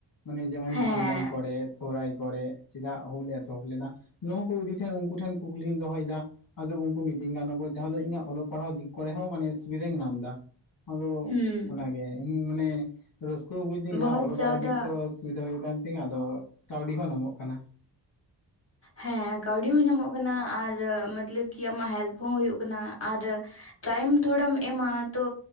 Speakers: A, on the left; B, on the left.
A: ᱢᱟᱱᱮ ᱡᱮᱢᱚᱱ
B: ᱦᱮᱸ
A: ᱵᱷᱟᱱᱰᱟᱱ ᱠᱚᱨᱮ ᱥᱚᱨᱦᱟᱭ ᱠᱚᱨᱮ ᱪᱮᱫᱟᱜ ᱦᱩᱞ ᱮᱛᱚᱦᱚᱵ ᱞᱮᱱᱟ ᱱᱚᱣᱟᱠᱩ ᱤᱫᱤ ᱴᱷᱮᱱ ᱩᱱᱠᱩ ᱴᱷᱮᱱ ᱠᱩᱠᱞᱤᱧ ᱫᱚᱦᱚᱭᱫᱟ ᱟᱫᱚ ᱩᱱᱠᱩ ᱢᱤᱛᱟᱹᱧ ᱠᱟᱱᱟ ᱠᱚ ᱡᱟᱦᱟᱸ ᱫᱚ ᱤᱧᱟᱹᱜ ᱚᱞᱚᱜ ᱯᱟᱲᱦᱟᱶ ᱫᱤᱠ ᱠᱚᱨᱮᱦᱚᱸ ᱢᱟᱱᱮ ᱥᱩᱵᱤᱫᱷᱟᱧ ᱧᱟᱢ ᱫᱟ ᱟᱫᱚ
B: ᱦᱩᱸ
A: ᱚᱱᱟᱜᱮ ᱤᱧ ᱢᱟᱱᱮ ᱨᱟᱹᱥᱠᱟᱹ ᱵᱩᱡᱫᱤᱧ ᱡᱟᱦᱟᱸ
B: ᱵᱚᱦᱚᱛ
A: ᱚᱞᱚᱜ
B: ᱡᱟᱫᱟ
A: ᱯᱟᱲᱦᱟᱣ ᱫᱤᱠ ᱥᱚ ᱦᱚ ᱥᱩᱵᱤᱫᱷᱟ ᱦᱩᱭᱩᱜ ᱠᱟᱱ ᱛᱤᱧᱟᱹ ᱟᱫᱚ ᱠᱟᱹᱣᱰᱤ ᱦᱚᱸ ᱧᱟᱢᱚᱜ ᱠᱟᱱᱟ᱾
B: ᱦᱮᱸ ᱠᱟᱹᱣᱰᱤ ᱦᱚᱸ ᱧᱟᱢᱚᱜ ᱠᱟᱱᱟ ᱟᱨ ᱢᱚᱛᱞᱚᱵ ᱠᱤ ᱟᱢᱟᱜ ᱦᱮᱞᱯ ᱦᱚᱸ ᱦᱩᱭᱩᱜ ᱠᱟᱱᱟ ᱟᱨ ᱴᱟᱭᱤᱢ ᱛᱷᱚᱲᱟᱢ ᱮᱢᱟ ᱛᱚ